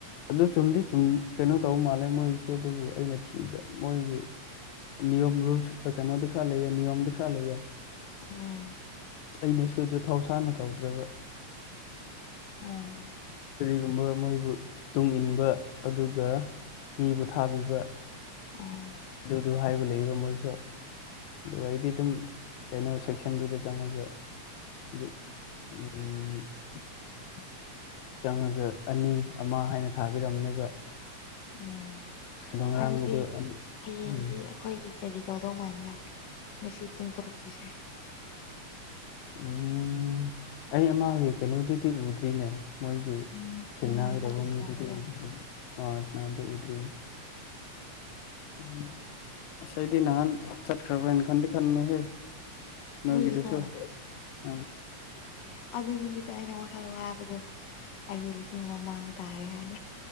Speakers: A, on the left; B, on the left.
A: ꯑꯗꯨ ꯆꯨꯝꯗꯤ ꯆꯨꯝ ꯀꯩꯅꯣ ꯇꯧꯕ ꯃꯥꯜꯂꯦ ꯃꯣꯏꯒꯤꯁꯦ ꯑꯗꯨꯕꯨ ꯑꯩꯅ ꯊꯤꯕꯗ ꯃꯣꯏꯒꯤ ꯅꯤꯌꯣꯝ ꯔꯨꯜꯁ ꯀꯩꯅꯣ ꯈꯔꯗꯤ ꯂꯩꯌꯦ ꯅꯤꯥꯌꯣꯝ ꯈꯔꯗꯤ ꯂꯩꯌꯦ
B: ꯎꯝ
A: ꯑꯩꯅꯁꯨꯗꯨ ꯊꯧꯁꯥꯅ ꯇꯧꯗ꯭ꯔꯕ
B: ꯎꯝ
A: ꯀꯔꯤꯒꯨꯝꯕ ꯃꯣꯏꯕꯨ ꯇꯨꯡ ꯏꯟꯕ ꯑꯗꯨꯒ ꯃꯤꯕꯨ ꯊꯥꯕꯤꯕ
B: ꯎꯝ
A: ꯑꯗꯨꯗꯨ ꯍꯥꯏꯕ ꯂ ꯂꯩꯕ ꯃꯣꯏꯁꯨ ꯑꯗꯨꯒ ꯑꯩꯗꯤ ꯑꯗꯨꯝ ꯀꯩꯅꯣ ꯁꯦꯛꯁꯟꯗꯨꯗ ꯆꯪꯉꯒ <unintelligible>
B: <unintelligible>
A: ꯆꯪꯉꯒ ꯑꯅꯤ ꯑꯃ ꯍꯥꯏꯅ ꯊꯥꯕꯤꯔꯝꯅꯦꯕ
B: ꯎꯝ
A: ꯑꯗꯣ ꯉꯔꯥꯡꯒꯤꯗꯨ
B: ꯑꯗꯨꯗꯤ
A: ꯑꯅꯤ
B: ꯍꯌꯦꯡꯗꯤ
A: ꯎꯝ
B: ꯑꯩꯈꯣꯏꯒꯤ ꯀꯔꯤ ꯇꯧꯗꯧ ꯃꯥꯟꯕ꯭ꯔꯥ ꯉꯁꯤ ꯄꯨꯡ ꯇꯔꯨꯛꯀꯤꯁꯦ
A: ꯎꯝ ꯑꯩ ꯑꯃꯒꯤ ꯀꯩꯅꯣꯗꯨꯗꯤ ꯎꯗ꯭ꯔꯤꯅꯦ ꯃꯣꯏꯒꯤ ꯊꯦꯡꯅꯒꯗꯕ
B: ꯑꯣ ꯃꯣꯏꯒꯤ ꯁꯥꯟꯅꯕꯗꯣ
A: ꯃꯤꯗꯨꯗꯤ ꯎꯗꯔ꯭ꯤ ꯑꯥ ꯏꯁꯅꯥꯝꯗ ꯎꯗ꯭ꯔꯤ ꯎꯝ ꯑꯁ ꯑꯩꯗꯤ ꯅꯍꯥꯟ ꯆꯠꯈ꯭ꯔꯕ꯭ꯔꯅ ꯈꯟꯗꯤ ꯈꯟꯕꯅꯦꯍꯦ ꯅꯣꯏꯒꯤꯗꯨꯁꯨ
B: ꯅꯣꯏꯒꯤꯗꯣ
A: ꯑꯥ
B: ꯑꯗꯨ ꯅꯨꯃꯤꯠꯇ ꯑꯩꯅ ꯋꯥꯈꯜ ꯋꯥꯕꯗꯨꯣ ꯑꯩ ꯂꯤꯁꯤꯡ ꯑꯃ ꯃꯥꯡ ꯇꯥꯔꯦ ꯍꯥꯏꯅ